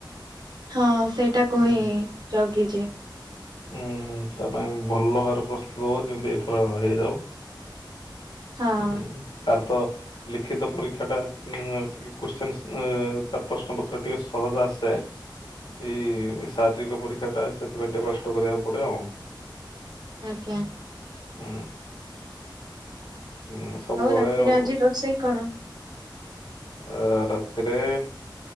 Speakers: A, on the right; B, on the left.
A: ହଁ ସେଇଟାକୁ
B: ହୁଁ
A: ହିଁ ଜଗିଛି।
B: ହୁଁ ତା ପାଇଁ ଭଲ ଭାବରେ ପ୍ରସ୍ତୁତ ହବ ଯେମିତି ଏଥର ହେଇଯାଉ।
A: ହଁ।
B: ହୁଁ ତାର ତ ଲିଖିତ ପରୀକ୍ଷା ଟା <unintelligible> କୋତ୍ସିନ ତାର ପ୍ରଶ୍ନ ପତ୍ର ଟିକେ ସହଜ ଆସେ ଏଇ ଶାରୀରିକ ପରୀକ୍ଷା ଟା ସେଥିପାଇଁ ଟିକେ କଷ୍ଟ କରିବାକୁ ପଡେ ଆଉ।
A: ଆଜ୍ଞା।
B: ହୁଁ। ହୁଁ ସବୁବେଳେ
A: ରାତିରେ
B: ଆଉ।
A: ଆଜି ରୋଷେଇ କଣ?
B: ଆ ରାତିରେ